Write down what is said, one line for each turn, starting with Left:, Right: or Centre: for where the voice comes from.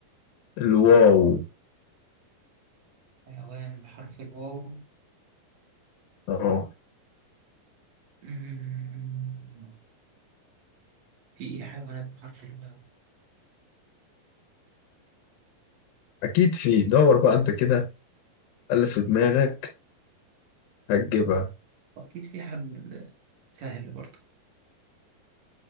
Left: الواو
Right: حيوان بحرف الواو
Left: اه
Right: مم. في إيه حيوانات بحرف الواو
Left: اكيد في دور بقى انت كده اللي في دماغك هتجيبها
Right: وأكيد في حد سهل برضه